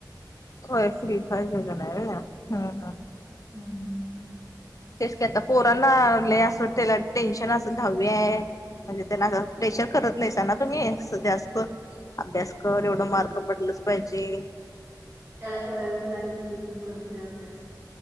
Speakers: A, on the left (about 50°); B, on the right (about 25°).
A: व श्रीफा जगण आहे हा हा
B: हम् ह
A: तेच का आता पोरनाले असं त्याला टेन्शन असेल दहावी आहे म्हणजे त्यांना प्रेशर करत नाहीसाना तुम्ही जास्त अभ्यास एवढं
B: नाही
A: मार्ग
B: नाही
A: पटलच पाहिजे
B: त्याला करायलाच लागत नाही तो करतोय अभ्यास